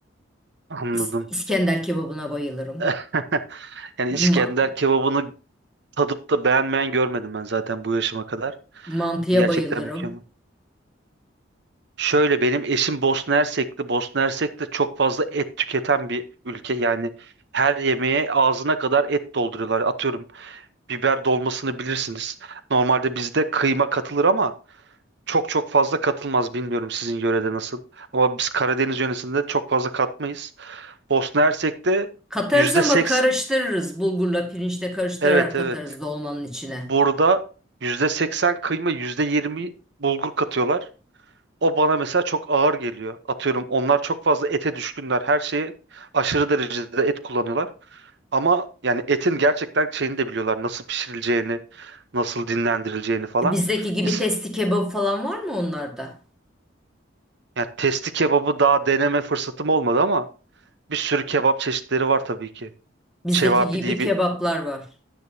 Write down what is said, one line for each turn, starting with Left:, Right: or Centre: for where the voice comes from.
Right: Anladım.
Centre: İs- İskender kebabına bayılırım.
Right: <laughs> Yani
Centre: Ma-
Right: İskender kebabını tadıp da beğenmeyen görmedim ben zaten bu yaşıma kadar.
Centre: mantıya
Right: Gerçekten
Centre: bayılırım.
Right: mükemmel. Şöyle benim eşim Bosna Hersekli. Bosna Hersek de çok fazla et tüketen bir ülke. Yani her yemeğe ağzına kadar et dolduruyorlar. Atıyorum biber dolmasını bilirsiniz. Normalde bizde kıyma katılır ama çok çok fazla katılmaz. Bilmiyorum sizin yörede nasıl. Ama biz Karadeniz yöresinde çok fazla katmayız. Bosna Hersek'te
Centre: Katarız
Right: yüzde
Centre: ama
Right: seks...
Centre: karıştırırız. Bulgurla pirinçle karıştırarak
Right: Evet
Centre: katarız
Right: evet.
Centre: dolmanın içine.
Right: Burada yüzde seksen kıyma, yüzde yirmi bulgur katıyorlar. O bana mesela çok ağır geliyor. Atıyorum onlar çok fazla ete düşkünler. Her şeyi aşırı derecede et kullanıyorlar. Ama yani etin gerçekten şeyini de biliyorlar. Nasıl pişirileceğini, nasıl dinlendirileceğini falan.
Centre: E, bizdeki gibi
Right: İs-
Centre: testi kebabı falan var mı onlarda?
Right: Yani testi kebabı daha deneme fırsatım olmadı ama bir sürü kebap çeşitleri var tabii ki.
Centre: Bizdeki
Right: Çevapi
Centre: gibi
Right: diye
Centre: kebaplar
Right: bir
Centre: var.